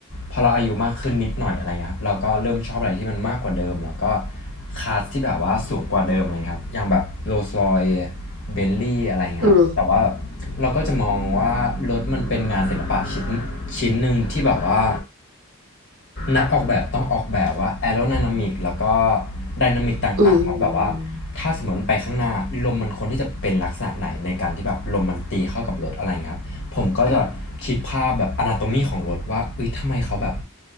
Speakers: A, on the left (about 55°); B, on the right (about 65°).
A: พอเราอายุมากขึ้นนิดหน่อยอะไรเงี้ยครับเราก็เริ่มชอบอะไรที่มันมากกว่าเดิมแล้วก็คลาสที่แบบว่าสูงกว่าเดิมอะไรครับอย่างแบบโรลส์รอยเบนลี่อะไรเงี้ยครับแต่ว่าแบบเราก็จะมองว่ารถมันเป็นงานศิลปะชิ้น
B: อืม
A: ชิ้นหนึ่งที่แบบว่า นักออกแบบต้องออกแบบว่าแอโร d y นามิกแล้วก็ไดนามิกต่างๆครับแบบว่า
B: อืม
A: ถ้าสมมติไปข้างหน้าลมมันควรที่จะเป็นลักษณะไหนในการที่แบบลมมันตีเข้ากับรถอะไรเงี้ยครับผมก็จะคิดภาพแบบอนาโตมีของรถว่าเอ้ยทำไมเขาแบบ